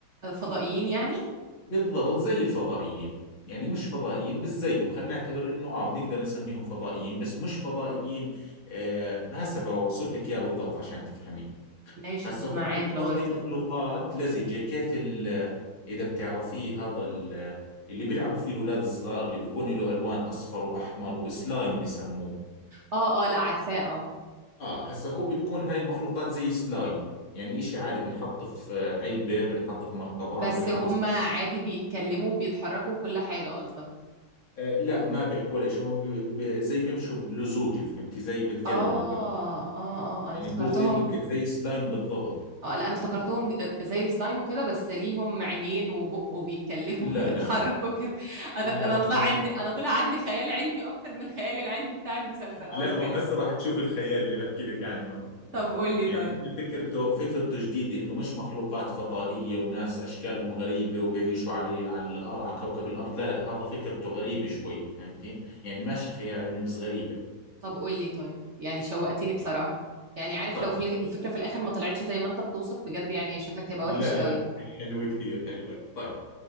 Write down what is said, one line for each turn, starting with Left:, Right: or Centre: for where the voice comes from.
Right: فضائيين يعني
Left: بالضبط زي الفضائيين يعني مش فضائيين بس زيهم خلينا نعتبر انه اه بنقدر نسميهم فضائيين بس مش فضائيين آه هسه بوصف لك اياه بالضبط عشان تفهمي
Right: ماشي
Left: هسه
Right: طب
Left: هم
Right: معاك
Left: بتكون
Right: لغاية
Left: زي مخلوقات
Right: هنا
Left: لزجة كيف ال إذا بتعرفيه هذا ال اللي بيلعبوا فيه الأولاد الصغار اللي بيكون له ألوان أصفر وأحمر وسلايم بسموه
Right: اه اه لا عارفاه اه
Left: آه هسه هو بتكون هاي المخلوقات زي سلايم يعني إشي عادي بنحط في علبة بنحط في مرطبان
Right: بس
Left: بنحط
Right: هم عادي بيتكلموا وبيتحركوا وكل حاجة قصدك
Left: آه لا ما بيحكوا لك شو ب... ب... زي بيمشوا بلزوجة فهمتي زي بتقلبوا
Right: اه
Left: ب...
Right: اه اه انا
Left: يعني
Right: افتكرتهم
Left: هو زي قلت لك زي سلايم بالضبط
Right: اه لا انا افتكرتهم زي السلايم وكده بس ليهم عينين وبق وبيتكلموا
Left: لا
Right: <laughs> وبيتحركوا
Left: لا لا
Right: كده انا
Left: لا
Right: انا طلع
Left: هو
Right: عندي انا طلع عندي خيال علمي اكتر من الخيال العلمي بتاع المسلسل او
Left: لا
Right: الفيلم
Left: ما هسه راح تشوف الخيال اللي بحكي لك عنه
Right: طب قول لي
Left: يعني
Right: طيب
Left: هم فكرته فكرته جديدة انه مش مخلوقات فضائية وناس اشكالهم غريبة وبيعيشوا على على الارض على كوكب الارض لا لا هذا فكرته غريبة شوي فهمتي يعني ماشي خيال علمي بس غريبة
Right: طب قول لي طيب يعني شوقتني بصراحة يعني عارف
Left: طيب
Right: لو في ال- الفكرة في الاخر ما طلعتش زي ما انت بتوصف بجد يعني شكلك هيبقى
Left: لا
Right: وحش قوي
Left: لا حلوة كثير حلوة طيب